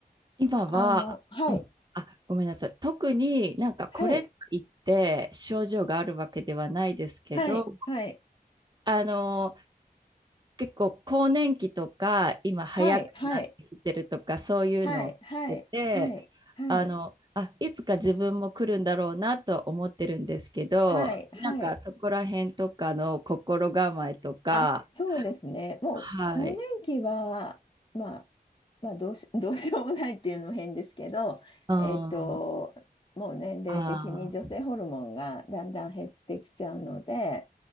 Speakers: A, on the right (about 25°); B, on the left (about 30°).
A: 今は、
B: あの、はい、
A: うんあ、ごめんなさい。特になんかこれといって症状があるわけではないですけど、
B: はい、はい、はい、
A: あの、結構更年期とか今早くなってきてるとかそういうのを聞いてて、
B: はい、はい、はい、はい、はい、はい、
A: あの、あ、いつか自分も来るんだろうなとは思ってるんですけど、
B: はい、はい、
A: なんかそこら辺とかの心構えとか、
B: あ、そうですね。もう、
A: はい。
B: 更年期は、まあ、まあどうし、<laughs> どうしようもないっていうのも変ですけど、
A: うん、
B: えっと、
A: あ
B: もう年齢的に女性ホルモンがだんだん減ってきちゃうので、
A: ー、